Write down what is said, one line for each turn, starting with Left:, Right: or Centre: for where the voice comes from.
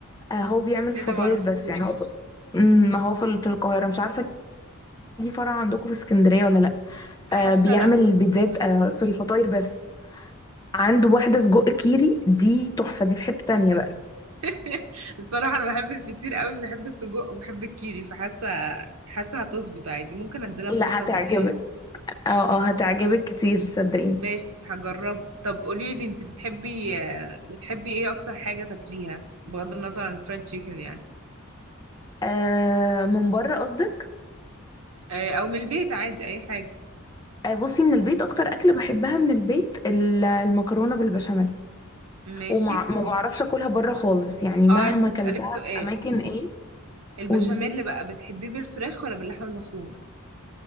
Left: آه هو بيعمل
Right: ايه
Left: فطاير
Right: ده معرفوش
Left: بس يعني هو امم، ما هو في ال- في القاهرة مش عارفة ليه فرع عندكم في اسكندرية ولا لا
Right: حاسة
Left: آه بيعمل
Right: لا ما
Left: بيتزات
Right: سمعتش عنه
Left: آه في الفطاير بس عنده واحدة سجق كيري دي تحفة دي في حتة تانية بقى
Right: <laughs> الصراحة أنا بحب الفطير قوي بحب السجق وبحب الكيري فحاسة حاسة هتظبط عادي ممكن اديلها
Left: لا
Right: فرصة
Left: هتعجبك
Right: تانية يعني.
Left: اه اه هتعجبك كتير صدقيني
Right: ماشي هجرب طب قولي لي انت بتحبي آه، بتحبي ايه اكتر حاجة تاكليها بغض النظر عن الفرنش تشيكن يعني
Left: آه من بره قصدك
Right: آه، او من البيت عادي اي حاجة
Left: آه، بصي من البيت اكتر اكل بحبها من البيت ال- المكرونه بالبشاميل
Right: ماشي
Left: وما ما بعرفش اكلها بره خالص يعني مهما
Right: اه عايزة اسألك
Left: اكلتها
Right: سؤال
Left: في اماكن ايه
Right: البشاميل
Left: قولي
Right: اللي بقى بتحبيه بالفراخ ولا باللحمة المفرومة